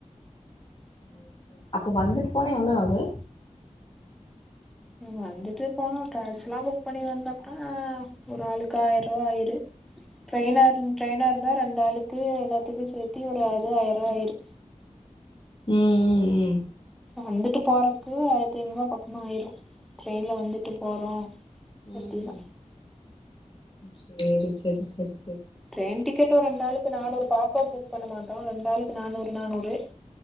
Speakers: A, on the left (about 40°); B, in the centre.
A: ஓ ச்சேரி அப்ப வந்துட்டு போனா எவ்வளோ ஆகு
B: வந்துட்டு போனா டிராவல்ஸ் எல்லாம் புக் பண்ணி வந்தம்னா ஒரு ஆளுக்கு ஆயிரம் ரூபா ஆயுறு ட்ரெய்னா ட்ரெய்னா இருந்தா ரெண்டு ஆளுக்கு எல்லாத்துக்கும் சேர்த்தி ஒரு அது ஆயிரம் ரூபா ஆயிரு
A: உம் உம் உம்
B: வந்துட்டு போறதுக்கு ஆயிரத்தி ஐநூறுபா பக்கமா ஆயிரு ட்ரெயினில் வந்துட்டு போறோம்
A: ம்
B: அப்படினா
A: ம் சேரி சரி சரி
B: ட்ரெயின் டிக்கெட் ஒரு ரெண்டு ஆளுக்கு நானூறு தா டிக்கெட் புக் பண்ண மாட்டோம் ரெண்டாளுக்கு நானூறு நானூறு